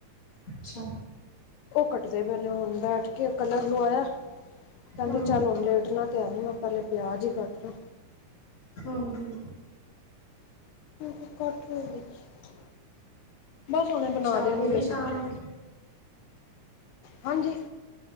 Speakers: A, on the left (about 45°); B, on the left (about 85°).
A: ਅੱਛਾ
B: ਉਹ ਕੱਟਦੇ ਪਏ ਨੇ ਹੁਣ ਬੈਠ ਕੇ ਕਲਰ ਲਵਾਇਆ ਕਹਿੰਦੇ
A: ਹੂੰ
B: ਚੱਲ ਲੇਟਣਾ ਤੇ ਹੈ ਨ ਮੈਂ ਪਹਿਲੇ ਪਿਆਜ ਹੀ ਕੱਟਣਾ
A: ਹਮ ਹਮ
B: ਕਿਉਂਕਿ ਕੱਟ ਵਿੱਚ ਬਸ ਉਹ ਓਨੇ ਬਣਾ
A: ਚਾਹ
B: ਦੇਣਗੇ
A: ਪੀ ਲਈ
B: ਸਬਜ਼ੀ
A: ਸ਼ਾਮ ਦੀ
B: ਹਾਂਜੀ